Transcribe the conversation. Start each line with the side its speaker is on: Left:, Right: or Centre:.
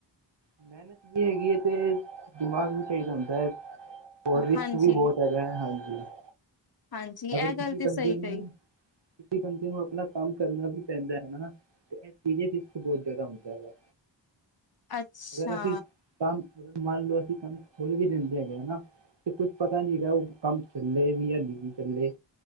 Right: ਮਿਹਨਤ ਵੀ ਹੈਗੀ ਹੈ, ਤੇ। <inaudible> ਦਿਮਾਗ ਵੀ ਸਹੀ ਰੇਂਦਾ ਹੈ। <inaudible> ਹੋਰ, ਰਿਸਕ
Left: ਹਾਂਜੀ,
Right: ਵੀ ਬਹੁਤ ਹੈਗਾ ਹੈ, ਹਾਂਜੀ। <inaudible>
Left: ਹਾਂਜੀ ਇਹ
Right: ਅਗਰ
Left: ਗੱਲ
Right: ਕਿਸੇ
Left: ਤੇ
Right: ਬੰਦੇ
Left: ਸਹੀ
Right: ਨੂੰ,
Left: ਕਹੀ
Right: ਕਿਸੇ ਬੰਦੇ ਨੂੰ, ਆਪਣਾ ਕੰਮ ਕਰਨਾ ਵੀ ਪੈਂਦਾ ਹੈ ਨਾ, ਤੇ ਇਹ ਚੀਜ਼ ਚ ਰਿਸਕ ਬਹੁਤ ਜਾਦਾ ਹੁੰਦਾ ਹੈਗਾ।
Left: ਅੱਛਾ।
Right: ਅਗਰ ਅਸੀਂ ਕੰਮ ਮੰਨ ਲਓ ਅਸੀਂ ਕੰਮ ਖੋੱਲ੍ਹ ਵੀ ਦਿੰਦੇ ਹੈਗੇ ਹਨਾ ਤੇ ਕੁੱਝ ਪਤਾ ਨੀ ਹੈਗਾ ਉਹ ਕੰਮ ਚੱਲੇ ਵੀ ਯਾ ਨ ਲੇ।